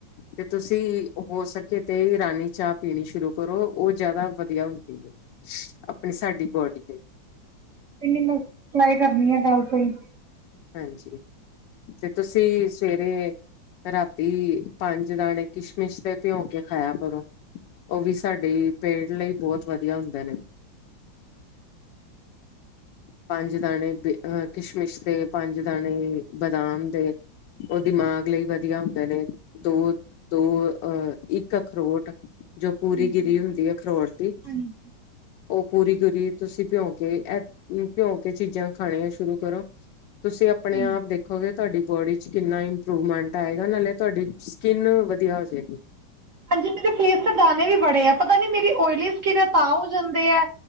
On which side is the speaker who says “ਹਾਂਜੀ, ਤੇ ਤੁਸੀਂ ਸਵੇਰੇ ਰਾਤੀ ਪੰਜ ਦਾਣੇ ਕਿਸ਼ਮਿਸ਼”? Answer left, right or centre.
Left